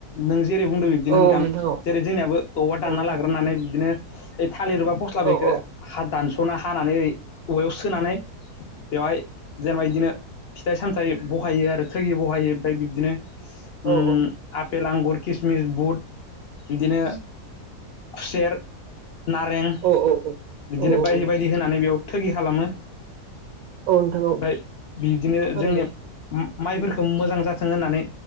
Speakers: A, on the left; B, on the right.
A: नों जेरै बुंदों बिदिनो
B: औ
A: नोंथां
B: औ
A: जेरै जोंनियाबो औवा दानना
B: औ नोंथां
A: लाग्रोनानै बिदिनो थालिरबा फस्ला
B: औ
A: बेखौ
B: औ अ
A: हा दानस'ना हानानै औवायाव सो सोनानै बेवहाय जेनेबा बिदिनो फिथाइ सामथाइ बहायो आरो थोयो बहायो ओमफ्राय बिबदिनो ओम
B: औ औ
A: आपेल, आंगुर किसमिस, बुट बिदिनो खुसेर नारें
B: औ
A: बिदिनो
B: औ
A: बायदि
B: औ
A: बायदि होनानै बेयाव थोगि खालामो
B: औ नोंथां औ
A: फाय बिदिनो
B: थारैनो
A: जोंनि ओम माइफोरखौ मोजां जाथों होननानै